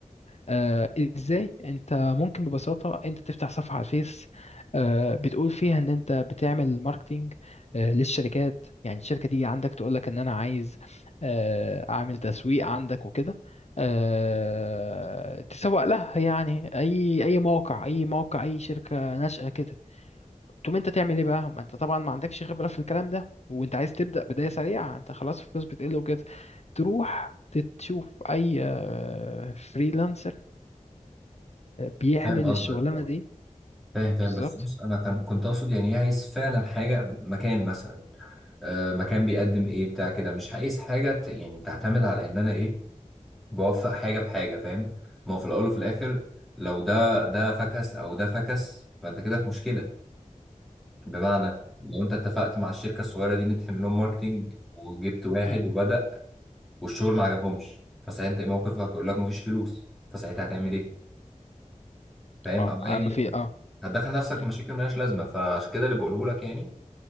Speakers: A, on the left; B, in the centre.
A: آه ازاي انت ممكن ببساطة انت تفتح صفحة على الفيس آه بتقول فيها ان انت بتعمل ماركتينج آه للشركات يعني الشركة تيجي عندك تقول لك ان انا عايز آه اعمل تسويق عندك وكده آه، تسوق لها يعني اي اي موقع اي موقع اي شركه ناشئه كده تقوم انت تعمل ايه بقى ما انت طبعا ما عندكش خبرة في الكلام ده وانت عايز تبدأ بداية سريعة انت خلاص الفلوس بتقل وكده تروح تشوف اي فريلانسر بيعمل
B: فاهم قصدك
A: الشغلانة
B: اه
A: دي
B: فاهم فاهم
A: بالظبط
B: بس بص انا كان كنت اقصد يعني ايه عايز فعلا حاجه مكان مثلا آه مكان بيقدم ايه بتاع كده مش عايز حاجه ت- يعني تعتمد على ان انا ايه بوفق حاجه بحاجه فاهم ما هو في الاول وفي الاخر لو ده ده فكس او ده فكس فانت كده في مشكله بمعنى لو انت اتفقت مع الشركه الصغيره دي ان انت تعمل لهم ماركتنج وجبت واحد
A: مم.
B: وبدا والشغل ما عجبهمش فساعتها انت ايه موقفك يقول لك مفيش فلوس فساعتها هتعمل ايه فاهم
A: اه
B: او ايا
A: اما في
B: يكن
A: اه
B: هتدخل نفسك
A: مم.
B: في مشاكل مالهاش لازمه فعشان كده اللي بقوله لك يعني